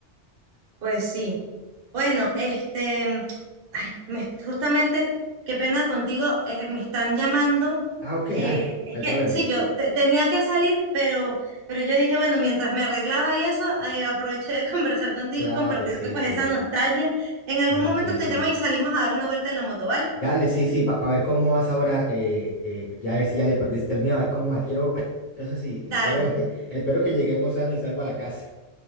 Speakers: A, on the right; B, on the left.
A: Pues sí. Bueno, este, ay, me- justamente, qué pena contigo, eh, me están llamando.
B: Ah, ok, dale,
A: eh, es
B: no hay
A: que
B: problema.
A: sí, yo te- tenía que salir, pero, pero yo dije, bueno, mientras me arreglaba y eso, eh, aproveché de <laughs> conversar contigo
B: Claro,
A: y compartirte
B: sí,
A: pues
B: sí.
A: esa nostalgia. En algún
B: Ajá,
A: momento
B: sí,
A: te
B: sí.
A: llamo y salimos a dar una vuelta en la moto, ¿vale?
B: Dale, sí, sí, para ver cómo vas ahora, eh, eh, ya a ver si ya le perdiste el miedo, a ver cómo vas. Quiero ver. Eso sí,
A: Dale.
B: espero, <laughs> espero que lleguemos sano y salvo a la casa.